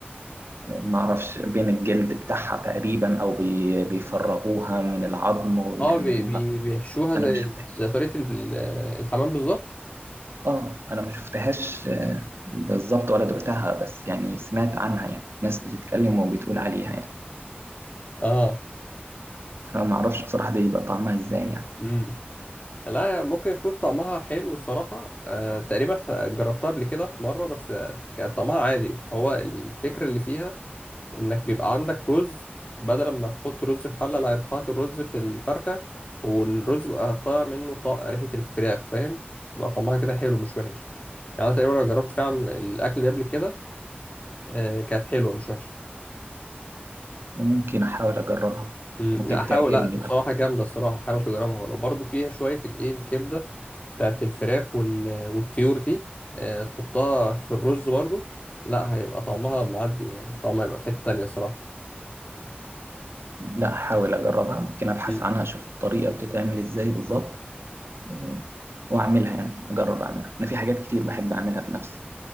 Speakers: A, on the right; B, on the left.
A: ما اعرفش بين الجلد بتاعها تقريبا او بي- بيفرغوها من العظم ويعملوها
B: أه بي بي بيحشوها زي
A: انا ما شفتها
B: ال- زي طريقة ال- ال- الحمام بالظبط؟
A: اه انا ما شفتهاش آه، بالظبط ولا دقتها بس يعني سمعت عنها يعني ناس بتتكلم وبتقول عليها يعني
B: أه
A: فما اعرفش بصراحه دي يبقى طعمها ازاي يعني
B: مم. لا ممكن يكون طعمها حلو الصراحة أه تقريبا ح- جربتها قبل كده في مرة بس آه، كان طعمها عادي هو الفكرة اللي فيها انك بيبقى عندك رز بدل ما تحط رز في حله لا انت حاطط الرز في الفرخه والرز بيبقى طالع منه طا... ريحه الفراخ فاهم تبقى طعمها كده حلو مش وحش يعني أنا تقريبا انا جربت فعلا الاكل ده قبل كده آه كانت حلوه مش وحشه
A: وممكن احاول اجربها
B: مم،
A: ممكن
B: لا حاول
A: تعجبني
B: لا بصراحه جامده الصراحه حاول تجربها ولو برضو فيها شويه الايه الكبده بتاعت الفراخ وال... والطيور دي آه تحطها في الرز برضو لا هيبقى طعمها معدي يعني طعمها هيبقى في حته تانيه الصراحه
A: لا هحاول أجربها ممكن أبحث
B: مم.
A: عنها أشوف الطريقة بتتعمل إزاي بالظبط آه، وأعملها يعني أجرب أعملها أنا في حاجات كتير بحب أعملها بنفسي